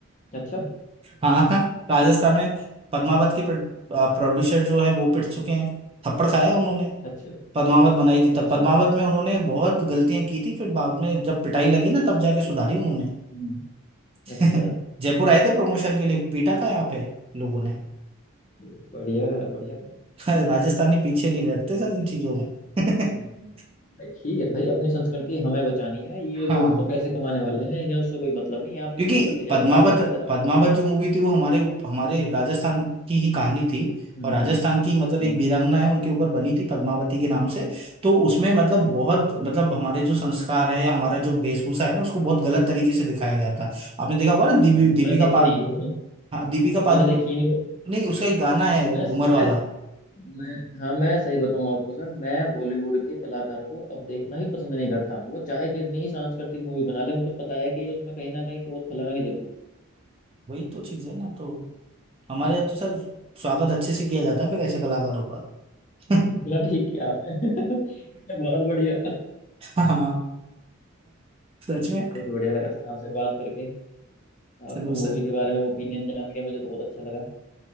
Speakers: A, on the left (about 35°); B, on the right (about 25°).
A: अच्छा
B: हाँ राजस्थान में पद्मावत के प्रोड्यूसर जो है वो पिट चुके हैं थप्पड़ खाया
A: हम्म,
B: उन्होंने
A: अच्छा
B: पद्मावत बनाई थी तब
A: अच्छा
B: पद्मावत में उन्होंने बहुत गलतियां
A: हम्म
B: की थी फिर बाद में जब पिटाई लगी ना तब जाके सुधारी उन्होंने
A: हम्म,
B: <laughs>
A: अच्छा
B: जयपुर आए थे प्रमोशन के लिए पीटा था यहाँ पे लोगों
A: हम्म,
B: ने
A: ठीक, बढ़िया करा बढ़िया
B: <laughs> राजस्थानी पीछे नहीं रहते सर इन चीजों में
A: हम्म,
B: <laughs>
A: भाई ठीक है भाई अपनी संस्कृति हमें बचानी है ये
B: हाँ
A: लोग तो पैसे कमाने वाले हैं इन्हें उससे कोई मतलब नहीं है आपकी
B: क्योंकि
A: संस्कृति चाहे
B: पद्मावत
A: भाड़ में इनकी तरफ
B: पद्मावत
A: से
B: जो मूवी थी वो हमारे हमारे राजस्थान की ही कहानी थी
A: हम्म
B: और राजस्थान की मतलब
A: हम्म
B: एक वीरांगना है उनके ऊपर बनी थी पद्मावती के नाम से तो उसमें मतलब
A: हम्म
B: बहुत मतलब हमारे जो संस्कार है या हमारा जो वेशभूषा है ना उसको बहुत गलत तरीके से दिखाया गया था आपने देखा होगा ना
A: हम्म,
B: दीपी
A: हम्म,
B: दीपिका
A: मैंने देखी
B: पाद
A: नहीं वो <laughs>
B: हाँ, दीपिका पादु
A: मैंने देखी नहीं वो
B: नहीं उसका एक गाना है
A: मैं
B: घूमर वाला
A: मैं मैं हाँ मैं सही बताऊं आपको सर मैं बॉलीवुड के कलाकारों को अब देखना ही पसंद नहीं करता वो चाहे कितनी ही सांस्कृतिक मूवी बना ले मुझे पता है कि ये उसमें कहीं ना कहीं चोट फैलाएंगे जरूर
B: वही तो चीज है ना तो हमारे यहाँ तो सर स्वागत अच्छे से किया जाता है फिर ऐसे कलाकारों का <laughs>
A: <laughs> बोला ठीक है आपने <laughs> बहुत बढ़िया
B: हाँ हाँ, सच में
A: बहुत बढ़िया लगा सर आपसे बात करके
B: चलो
A: आपका मूवी
B: सर
A: के बारे में ओपिनियन जान के मुझे बहुत अच्छा लगा